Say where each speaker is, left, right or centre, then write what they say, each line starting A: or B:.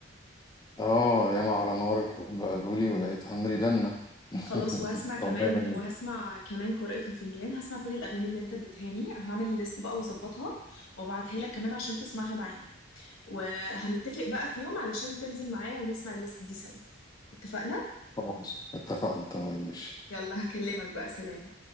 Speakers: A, on the left (about 20°); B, on the left (about 80°).
A: آه ياما على نار الحب قالولي ولقيتها من الجنة <laughs>
B: خلاص وهسمع كمان
A: أغنية جميلة
B: وهسمع كمان قارئة الفنجان هسمع كل الاغاني اللي انت اديتهاني هعمل الليست بقى واظبطها وابعتها لك كمان عشان تسمعها معايا وهنتفق بقى في يوم علشان تنزل معايا ونسمع الليست دي سوا اتفقنا
A: خلاص اتفقنا تمام ماشي
B: يلا هكلمك بقى سلام